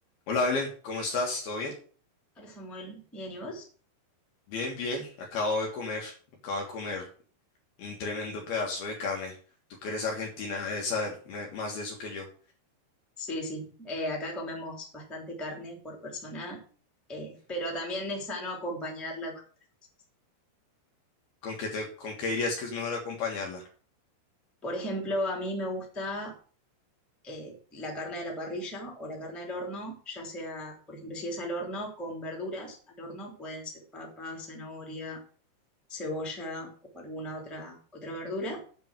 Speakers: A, on the left; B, in the centre.
A: Hola Belén, ¿cómo estás? ¿Todo bien?
B: Hola Samuel, ¿bien y vos?
A: Bien, bien. Acabo de comer, acabo de comer un tremendo pedazo de carne. Tú que eres argentina, debes saber me- más de eso que yo.
B: Sí, sí. Eh, acá comemos bastante carne por persona, eh, pero también es sano acompañarla con otras cosas.
A: ¿Con qué te, con qué dirías que es mejor acompañarla?
B: Por ejemplo, a mí me gusta eh, la carne de la parrilla o la carne del horno, ya sea, por ejemplo, si es al horno, con verduras al horno, pueden ser papa, zanahoria, cebolla o alguna otra, otra verdura.